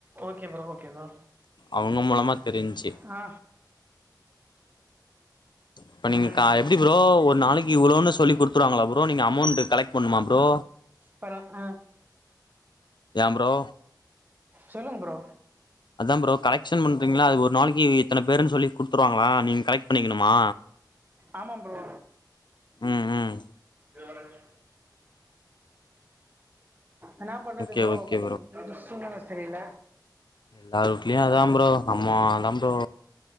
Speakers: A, on the right; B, on the left.
A: okay bro, okay bro,
B: அவங்க மூலமா தெரிஞ்சு
A: ஆ
B: இப்ப நீங்க
A: ம்
B: க எப்டி ப்ரோ ஒரு நாளைக்கி இவ்ளோன்னு சொல்லி குடுத்துவாங்களா ப்ரோ நீங்க அமோண்ட் கலெக்ட் பண்ணுமா ப்ரோ
A: ப்பறோ ஆ
B: ஏம் ப்ரோ
A: சொல்லுங்க ப்ரோ
B: அதா ப்ரோ கலெக்ஷன் பண்றீங்கள அது ஒரு நாளைக்கி இத்தன பேருன்னு சொல்லி குடு த்துருவாங்களா நீங்க கலெக்ட் பண்ணிக்கணுமா
A: ஆமா ப்ரோ
B: ம் ம்
A: ச வரங்க என்னா பண்றது
B: ஓகே
A: ப்ரோ
B: ஓகே
A: கொஞ்சோ வீட்டு சூழ்நெல சரியில்ல
B: எல்லாரு வூட்லயு அதா ப்ரோ நம்மதா ப்ரோ